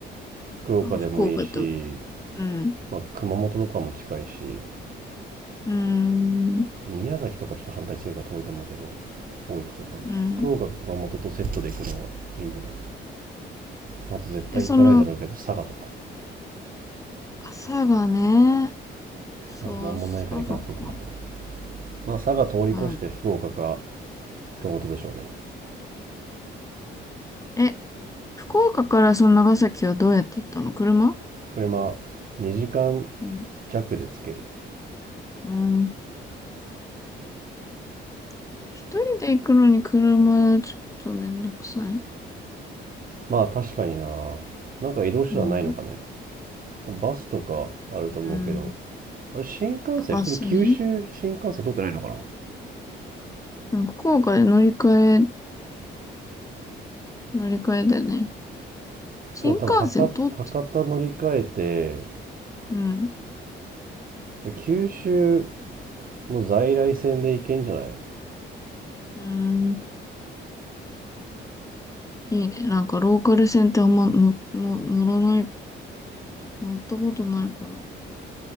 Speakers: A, on the right; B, on the left.
A: 福岡でもいいし、
B: あ、福岡と。うん。
A: まあ、熊本とかも近いし、
B: うーん。
A: 宮崎とかちょっと反対してるから遠いと思うけど、大分とかも。
B: うん。
A: 福岡、熊本とセットで行くのがいいんじゃないあと絶対行かないだろうけど、
B: え、その、
A: 佐賀とかね。
B: 朝がね、そう、
A: マジなんもないから行かなくていいと思うけど。
B: 朝がか。
A: まあ佐賀通り越して福岡か
B: うん。
A: 熊本でしょうね。
B: え、福岡からその長崎はどうやって行ったの車
A: 車2時間
B: うん。
A: 弱で着ける。
B: うん。でも一人で行くのに車、ちょっとめんどくさい。
A: まあ確かにな。なんか移動手段ないのかね。
B: うん。
A: バスとかあると思うけど、
B: うん。
A: あれ新幹線、
B: あ、バスね。
A: 普通に九州新幹線通ってないのかな
B: うん、福岡で乗り換え、乗り換えだよね。新幹線通って。
A: でも多分博博多乗り換え
B: うん。
A: て、九州の在来線で行けんじゃない
B: うん。いいね。なんかローカル線ってあんまの、の、乗らない、乗ったことないから。